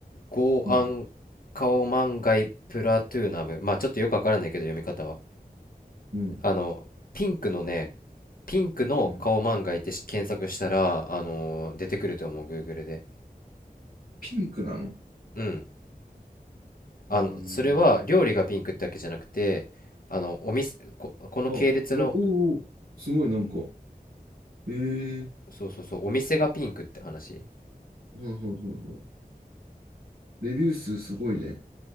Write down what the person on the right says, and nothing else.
ょ。うん。
うん。
うん
ピンクなの
うー
ん。
あ、これ、おーおー、すごいなんか、ええー、
はいはいはいはい。レビュー数すごいね。